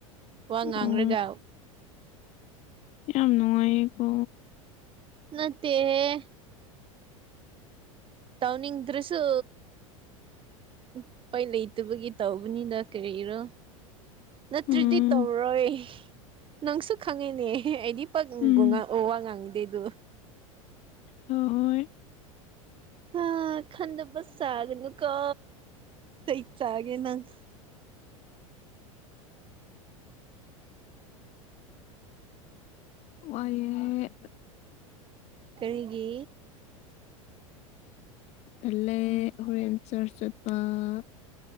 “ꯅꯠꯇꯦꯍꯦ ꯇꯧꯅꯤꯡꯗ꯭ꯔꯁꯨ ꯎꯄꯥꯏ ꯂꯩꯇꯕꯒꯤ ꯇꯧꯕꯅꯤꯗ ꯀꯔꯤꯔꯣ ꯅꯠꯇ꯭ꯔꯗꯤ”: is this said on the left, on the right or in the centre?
Right